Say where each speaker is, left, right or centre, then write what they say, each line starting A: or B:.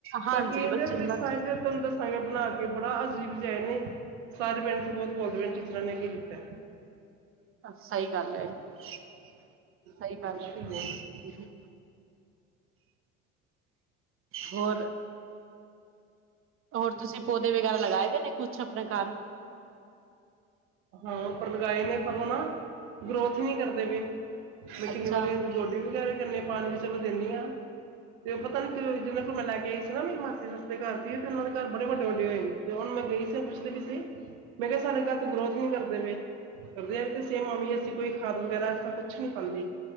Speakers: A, on the right; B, on the right.
A: ਹਾਂਜੀ
B: ਬਾਕੀ ਇਹ
A: ਬੱਚਨ ਦਾ
B: ਤੰਦਰ ਬਣਾ ਕੇ ਬੜਾ ਅਜੀਬਜਏ ਨੇ। ਸਾਰੇ ਪਿੰਡਸ ਬਹੁਤ ਬੋਲਦੇ ਪਿੰ ਟੀਚਰਾਂ ਨੇ ਕੀਤਾ।
A: ਸਹੀ ਗੱਲ ਹੈ ਸਹੀ
B: ਮੁਸ਼ਕਿਲ
A: ਗੱਲ ਹੈ
B: ਬਹੁਤ
A: ਹੋਰ ਹੋਰ ਤੁਸੀਂ ਪੌਦੇ ਵਗੈਰਾ ਲਗਾਏ ਦੇ ਨੇ ਕੁੱਛ? ਆਪਣੇ ਘਰ
B: ਹਾਂ ਪਰ ਲਗਾਏ ਨੇ ਪਰ ਉਹ ਨਾ ਗਰੋਥ ਨਹੀਂ ਕਰਦੇ ਪਏ। ਮੈਂ ਕਿੰਨੀ
A: ਅੱਛਾ
B: ਵਾਰੀ ਉਹਦੀ ਗੋਡੀ ਵਗੈਰਾ ਕਰਨੇ ਪਾਣੀ। ਚਲ ਦਿੰਦੀ ਹਾਂ। ਤੇ ਉਹ ਪਤਾ ਨੀ ਕਿ ਜਿਨਾਂ ਕੋਲ ਮੈਂ ਲੈ ਕੇ ਗਈ ਸੀ ਨਾ ਮੇਰੀ ਮਾਸੀ ਸਸਤੇ ਘਰ ਸੀ ਤੇ ਉਹਨਾਂ ਦੇ ਘਰ ਬੜੇ ਵੱਡੇ ਵੱਡੇ ਹੋਏ ਸੀ ਤੇ ਉਹੁਣ ਮੈਂ ਗਈ ਸੀ ਪੁੱਛਦੀ ਵੀ ਸੀ ਮੈਂ ਕਿਹਾ ਸਾਡੇ ਘਰ ਗਰੋਥ ਨੀਂ ਕਰਦੇਂ ਪਏ। ਕਰਦੇ ਵੀ ਤੇ ਸੇਮ ਅਮੀ ਅਸੀਂ ਕੋਈ ਖਾਦ ਵਗੈਰਾ ਕੁੱਛ ਨੀਂ ਪਾਂਦੀ।